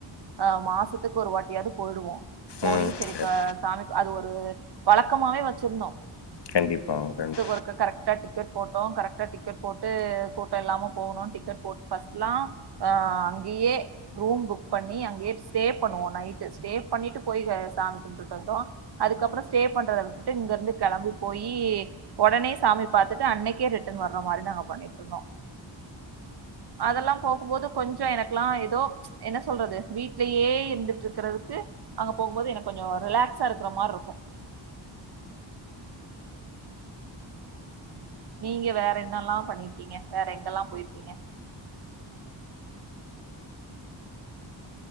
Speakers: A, on the right; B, on the left.
A: ஆ மாசத்துக்கு ஒரு வாட்டியாவது போயிடுவோம் போயி
B: ம்
A: சேரி
B: சரி
A: க் சாமி அது ஒரு வழக்கமாவே வச்சிருந்தோம்
B: கண்டிப்பாங்க பிரண்ட்
A: ருக்கு கரெக்ட் கரெக்டா டிக்கெட் போட்டோ கரெக்டா டிக்கெட் போட்டு கூட்டம் இல்லாம போணு டிக்கெட் போட் ஃபர்ஸ்ட்லாம் ஆ அங்கேயே ரூம் புக் பண்ணி அங்கேயே ஸ்டே பண்ணுவோ நைட்டு ஸ்டே பண்ணிட்டு போயி சாமி கும்பிட்டு வந்தோம் அதுக்கப்புறம் ஸ்டே பண்றத விட்டுட்டு இங்க இருந்து கிளம்பி போயி உடனே சாமி பாத்துட்டு அன்னைக்கே ரிட்டர்ன் வர மாறி நாங்க பண்ணிட்டு இருந்தோம் அதெல்லாம் போகும்போது கொஞ்சம் எனக்கு எல்லா ஏதோ என்ன சொல்றது வீட்லேயே இருந்துட்டு இருக்கறதுக்கு அங்க போகும் போது எனக்கு கொஞ்சம் ரிலாக்ஸா இருக்கிற மாறி இருக்கும் நீங்க வேற என்னெல்லாம் பண்ணிருக்கீங்க வேற எங்கெல்லாம் போயிருக்கீங்க